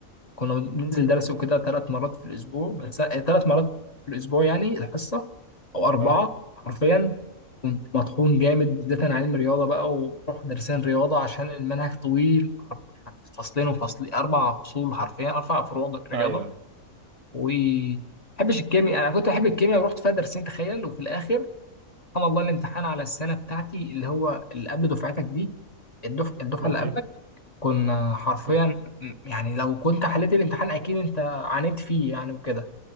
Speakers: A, on the left; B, on the right.
A: كنا بننزل درس وكده ثلاث مرات في الاسبوع بس ثلاث مرات في الاسبوع يعني الحصه او اربعه
B: أه
A: حرفيا كنت مطحون جامد بالذات انا علم رياضه بقى وبروح درسين رياضه عشان المنهج طويل يعني فصلين وفصل اربع فصول حرفيا اربع فروع رياضه
B: أيوه
A: و بحبش الكيمياء انا كنت بحب الكيمياء ورحت فيها درسين تخيل وفي الاخر سبحان الله الامتحان على السنه بتاعتي اللي هو اللي قبل دفعتك دي الدف... الدفعه
B: أوكي
A: اللي قبل كنا حرفيا
B: مم.
A: يعني لو كنت حليت الامتحان اكيد انت عانيت فيه يعني وكده